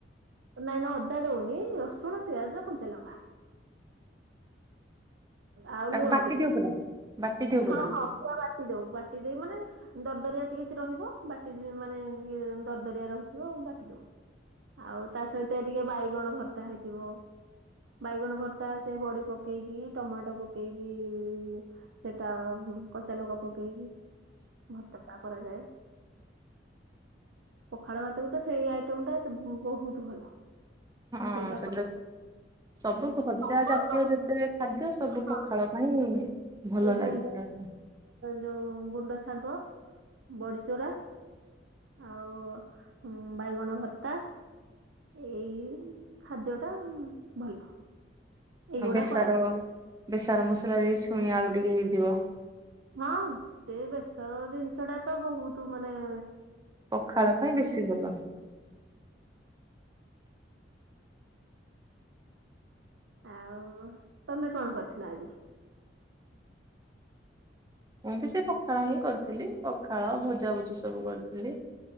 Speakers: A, on the right (about 80°); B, on the right (about 20°).
A: ନାଇଁ ନା ଅଦା ଦଉନି ରସୁଣ ପିଆଜ କଞ୍ଚା ଲଙ୍କା ଆଉ
B: ତାକୁ
A: ଲୁଣ
B: ବାଟି
A: ଟିକେ
B: ଦିଅ ପୁରା ବାଟି ଦିଅ ପୁରା
A: ହଁ ହଁ ପୁରା ବାଟି ଦଉ ବାଟି ଦେଇ ମାନେ ଦରଦରିଆ ଟିକେ ରହିବ ବାଟି ମାନେ ଦରଦରିଆ ରହିଥିବ ବାଟି ଦବ ଆଉ ତା ସହିତ ଟିକେ ବାଇଗଣ ଭର୍ତ୍ତା ହେଇଥିବ ବାଇଗଣ ଭର୍ତ୍ତା ସେ ବଡି ପ ପକେଇକି ଟମାଟୋ ପକେଇକି ସେଟା କଚା ଲଗା ପକେଇକି ଭର୍ତ୍ତା କରାଯାଏ। ପଖାଳ ଭାତକୁ ତ ସେଇ ଆଇଟମ ଟା ବହୁତ ଭଲ।
B: ହଁ
A: ସେଇଟା
B: ସେ ସବୁ ଭଜା
A: କରିବ
B: ଜାତୀୟ
A: ଦହି
B: ଯେତେ ଖାଦ୍ୟ ସବୁ
A: ହଁ
B: ପଖାଳ ପାଇଁ ଭଲ
A: ଏଇ
B: ଲାଗିଥାଏ
A: ଗୁଣ୍ଡ
B: ତ
A: ଯୋଉ ଗୁଣ୍ଡ ଶାଗ ବଡିଚୁରା ଆଉ ବାଇଗଣ ଭର୍ତ୍ତା ଏଇ ଖାଦ୍ୟ ଟା ଭଲ ଏଇଗୁଡା
B: ଆ ବେସର
A: କରାଯାଏ
B: ବେସର ମସଲାରେ ଦେଇ ଛୁଇଁ ଆଳୁ ଟିକେ ହେଇଥିବ।
A: ହଁ ସେ ବେସର ଜିନିଷ ଟା ତ ବହୁତ ମାନେ <inaudible>
B: ପଖାଳ ପାଇଁ ବେଶୀ ଭଲ
A: ଆଉ ତମେ କଣ କରିଥିଲ ଆଜି?
B: ମୁଁ ବି ସେ ପଖାଳ ହିଁ କରିଥିଲି ପଖାଳ ଭଜାଭୁଜି ସବୁ କରିଥିଲି।